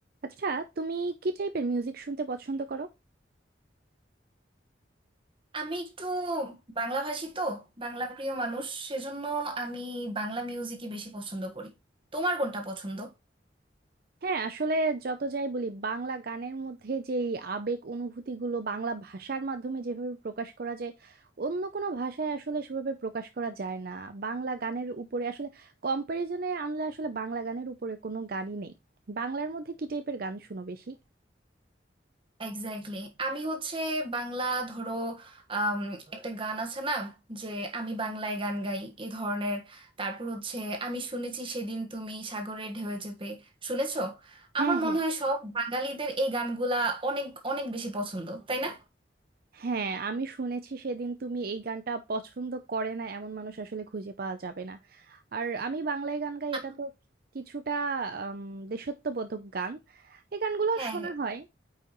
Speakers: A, on the right; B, on the right.
A: আচ্ছা তুমি কি টাইপের মিউজিক শুনতে পছন্দ করো
B: আমি একটু বাংলা ভাষী তো বাংলা প্রিয় মানুষ সেজন্য আমি বাংলা মিউজিকই বেশি পছন্দ করি তোমার কোনটা পছন্দ
A: হ্যাঁ আসলে যত যাই বলি বাংলা গানের মধ্যে যে এই আবেগ অনুভূতিগুলো বাংলা ভাষার মাধ্যমে যেভাবে প্রকাশ করা যায় অন্য কোনো ভাষায় আসলে সেভাবে প্রকাশ করা যায় না বাংলা গানের উপরে আসলে কম্পারিজনে আনলে আসলে বাংলা গানের উপরে কোনো গানই নেই বাংলার মধ্যে কি টাইপের গান শুনো বেশি
B: এক্স্যাক্টলি আমি হচ্ছে বাংলা ধরো আম, একটা গান আছে না যে আমি বাংলায় গান গাই এ ধরনের তারপর হচ্ছে আমি শুনেছি সেদিন তুমি সাগরের ঢেউয়ে চেপে শুনেছো
A: হ্যাঁ
B: আমার মনে
A: হ্যাঁ
B: হয় সব বাঙালিদের এই গানগুলা অনেক অনেক বেশি পছন্দ তাই না
A: হ্যাঁ আমি শুনেছি সেদিন তুমি এই গানটা পছন্দ করে না এমন মানুষ আসলে খুঁজে পাওয়া যাবে না আর আমি বাংলায় গান গাই
B: আ-
A: এটা তো কিছুটা আম, দেশাত্মবোধক গান এই গানগুলো
B: হ্যাঁ
A: শোনা
B: হ্যাঁ
A: হয়